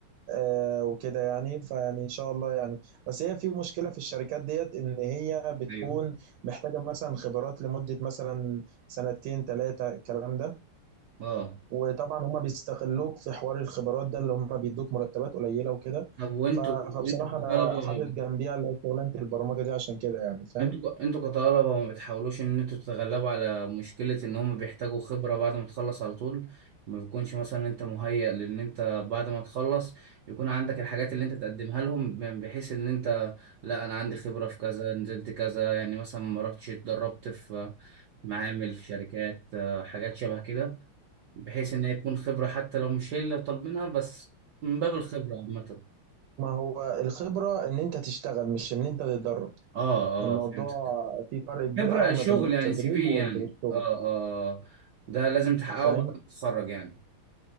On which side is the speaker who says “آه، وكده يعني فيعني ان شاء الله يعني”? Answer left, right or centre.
Right